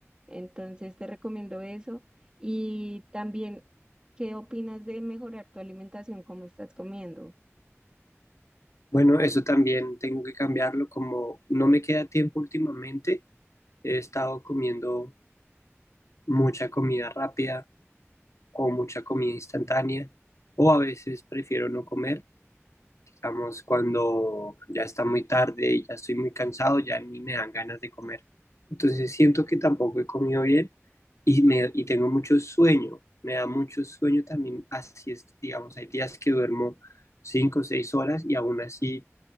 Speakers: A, on the right; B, on the left.
A: Entonces, te recomiendo eso. Y también, ¿qué opinas de mejorar tu alimentación? ¿Cómo estás comiendo?
B: Bueno, eso también tengo que cambiarlo, como no me queda tiempo últimamente, he estado comiendo mucha comida rápida o mucha comida instantánea, o a veces prefiero no comer. Digamos, cuando ya está muy tarde y ya estoy muy cansado, ya ni me dan ganas de comer. Entonces siento que tampoco he comido bien y, me, y tengo mucho sueño. Me da mucho sueño también, así es, digamos, hay días que duermo cinco o seis horas y aún así